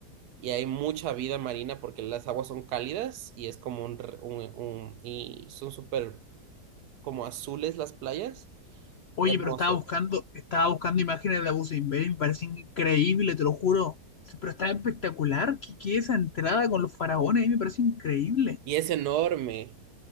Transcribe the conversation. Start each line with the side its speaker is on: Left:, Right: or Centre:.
Right: Y hay mucha vida marina porque las aguas son cálidas y es como un... re- un- un- y son súper como azules las playas,
Left: Oye,
Right: hermosas.
Left: pero estaba buscando, estaba buscando imágenes de Abu Simbel me parece increíble, te lo juro. Pero está espectacular. ¿Qué, qué esa entrada con los faraones? Ahí me parece increíble.
Right: Y es enorme,